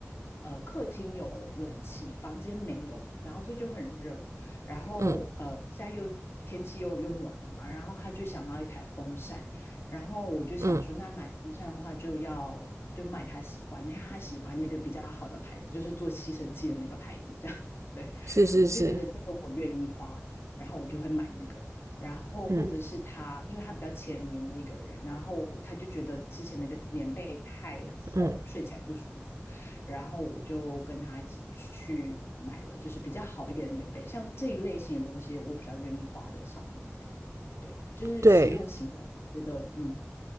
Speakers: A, on the left (about 55°); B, on the right (about 75°).
A: 呃客厅有冷气，房间没有，然后所以就很热。然后呃，
B: 嗯
A: 现在又天气又又暖了嘛，然后他就想要一台风扇，然后我就想说，
B: 嗯，
A: 那买风扇的话就要就买他喜欢的，因为他喜欢那个比较好的牌子，就是做吸尘器的那个牌子，这样。<laughs> 对，
B: 是是是，
A: 我就觉得这个我愿意花，然后我就会买那个，然后或者是他，
B: 嗯
A: 因为他比较浅眠的一个人，然后他就觉得之前那个棉被太厚，
B: 嗯，
A: 睡起来不舒服，然后我就跟他一起去买了，就是比较好一点的棉被，像这一类型的东西，我比较愿意花在上面，这样，对，就是实用型的，
B: 对，
A: 觉得嗯，